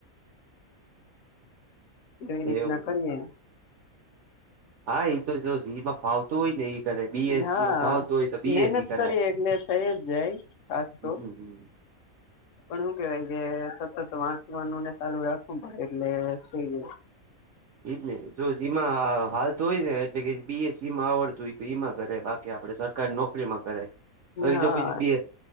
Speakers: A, on the right; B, on the left.
A: <inaudible>
B: એવી રીત
A: એવું
B: ના કરીએ
A: છે. હા ઈ તો જો જીમાં ફાવ તુ હોય ને ઈ કરાય બીએસસીમાં
B: હા
A: ફાવતુ હોય તો બીએસસી
B: મહેનત
A: કરાય
B: કરીએ એટલે થઈ જ જાય ખાસ
A: હમ
B: તો
A: હમ
B: પણ હુ કેવાય કે સતત વાંચવાનું ને સાલુ રાખવું પડે એટલે થઈ જાય
A: ઈજ ને જો જીમા હાલતુ હોય ને એટલે કે બી એ સીમાં આવડતુ હોય તો ઈમા કરાય બાકી આપડે ઝા સરકારી નોકરીમાં કરાય કરી બાકી
B: હા
A: જો પછી પી એ